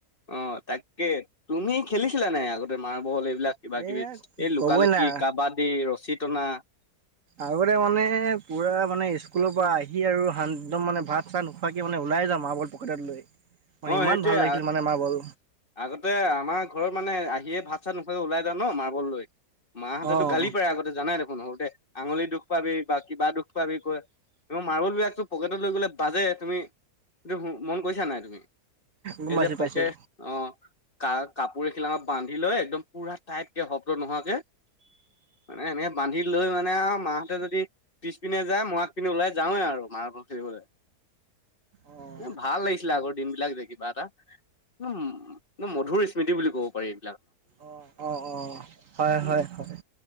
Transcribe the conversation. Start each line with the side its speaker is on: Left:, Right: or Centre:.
Left: অ তাকে তুমি খেলিছিলা নাই আগতে মাৰ্বল এই বিলাক কিবা কিবি
Right: এয়া
Left: এই লুকা
Right: ক'বই
Left: লুকি,
Right: না
Left: কাবাডী, ৰছী টনা।
Right: আগতে মানে পুৰা মানে স্কুলৰ পৰা আহি আৰু শান একদম মানে ভাত চাত নোখোৱাকে মানে ওলাই যাও মাৰ্বল পকেটত লৈ। মানে
Left: অ
Right: ইমান
Left: সেইটোয়ে
Right: ভাল লাগিছিল মানে মাৰ্বল
Left: আগতে আমাৰ ঘৰত মানে আহিয়ে ভাত চাত নোখোৱাকে ওলাই যাও ন মাৰ্বল লৈ মাহঁতেতো
Right: অঁ
Left: গালি পাৰে আগতে যানাই দেখোন সৰুতে আঙুলি দুখ পাবি বাকী বা কিবা দুখ পাবি কয়। আমাৰ মাৰ্বলবিলাকটো পকেটত লৈ গ'লে বাজে। তুমি সেটো মন কৰিছা নাই তুমি?
Right: গম
Left: এই
Right: পাইছোঁ
Left: যে পকে
Right: পাইছোঁ
Left: অহ কাৰ কাপোৰ এখিলাত বান্ধি লৈ একদম পোৰা টাইট কে হ শব্দ নোহোৱাকে মানে এনেকে বান্ধি লৈ মানে আৰু মাহ তেওঁ যদি পিছ পিনে যায় মই আগপিনে ওলাই যাওঁৱে আৰু মাৰ্বল খেলিবলৈ।
Right: অঁ
Left: এ ভাল লাগিছিলে আগতে এই কিবা এটা উম মধুৰ স্মৃতি বুলি ক'ব পাৰিম।
Right: অহ অহ অহ হয়
Left: উম
Right: হয় হয়।